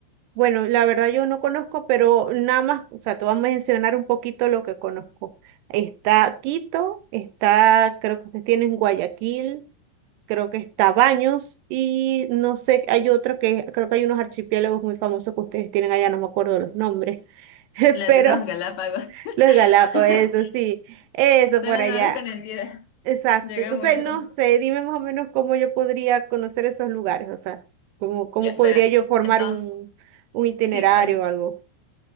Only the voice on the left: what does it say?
Las
Islas Galápagos
<laughs> son
las
más reconocidas.
Llega
mucho.
Exacto.
Ya,
verás.
Entonces,
sí, por, ej-